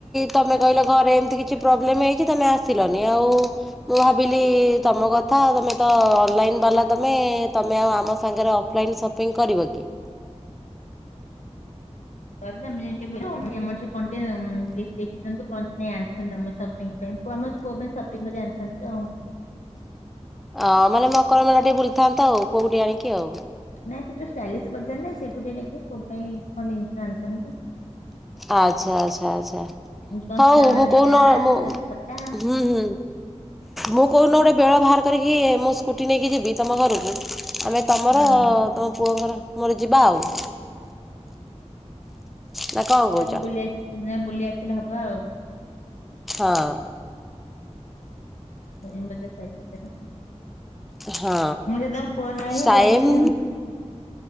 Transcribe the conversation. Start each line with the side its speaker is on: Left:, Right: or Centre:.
Centre: ତମେ କହିଲ ଘରେ ଏମିତି କିଛି ପ୍ରୋବ୍ଲେମ ହେଇଛି ତମେ ଆ ସିଲନି ଆଉ ମୁଁ ଭାବିଲି ତମ କଥା ତମେ ତ ଅନଲାଇନ ବାଲା ତମେ ତମେ ଆଉ ଆମ ସାଙ୍ଗରେ ଅଫଲାଇନ୍ ସପିଂ କରିବ କି
Left: କରିବା ମେନ ଟେ ଓଲଟିଆ ମାଛ କଣ୍ଟିଆ ଦେଖିଥାନ୍ତୁ କଣ ନାଇଁ ଆଣିଥାନ୍ତୁ ଆମ ସପିଙ୍ଗ ପାଇଁ ଆମ ପୁଅ ପାଇଁ ସପିଂ କରି ଆଣିଥାନ୍ତୁ ଆଉ
Centre: ଅ ମାନେ ମକର ମେଳା ଟିକେ ବୁଲିଥାନ୍ତ ଆଉ ପୁଅକୁ ଟିକେ ଆଣିକି ଆଉ
Left: ନାଇଁ ସେ ଯୋଉ ଷ୍ଟାଇଲିସ୍ ବଜାର ନାଇଁ ସେଇଠୁ ଟିକେ ଯାଇକି ପୁଅ ପାଇଁ କଣ ଜିନିଷ ଆଣିଥାନ୍ତୁ
Centre: ଆଚ୍ଛା ଆଚ୍ଛା ଆଚ୍ଛା
Left: କଣ
Centre: ହଉ
Left: ଖେଳଣା
Centre: ମୁଁ
Left: ହେରିକା
Centre: କଉନ ମୁଁ
Left: ଡ୍ରେସ୍ ପଟା
Centre: ହୁଁ ହୁଁ ମୁଁ କୋଉଦିନ ଗୋଟେ ବେଳ ବାହାର କରିକି ମୁଁ ସ୍କୁଟି ନେଇକି ଯିବି ତମ ଘରକୁ ଆମେ ତମର
Left: ହଁ
Centre: ଅ
Left: ହଁ
Centre: ତମ ପୁଅଙ୍କର ମୋର ଯିବା ଆଉ। ନା କଣ କହୁଛ?
Left: ଯାଇକି ବୁଲି ଆସ ବୁଲି ଆସିଲେ ହବ ଆଉ।
Centre: ହଁ।
Left: <unintelligible>
Centre: ହଁ ଷ୍ଟାଇମ୍